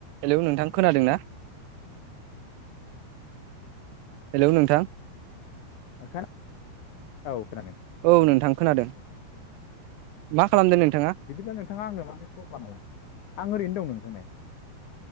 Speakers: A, on the right; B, on the left.
A: Hello नोंथां खोनादों ना? हेलौ नोंथां
B: औ खोनादों। नोंथां
A: औ नोंथां खोनादों मा खालामदों नोंथाङा
B: बिदिब्ला नोंथाङा आंनो माने फल खालामदों आं ओरैनो दं नोंथां नै